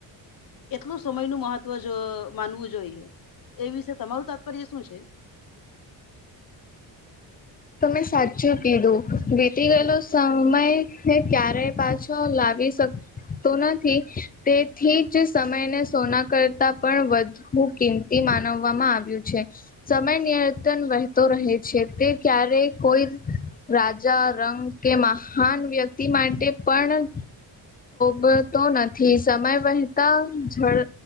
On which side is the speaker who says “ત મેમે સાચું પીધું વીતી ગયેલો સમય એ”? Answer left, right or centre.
Left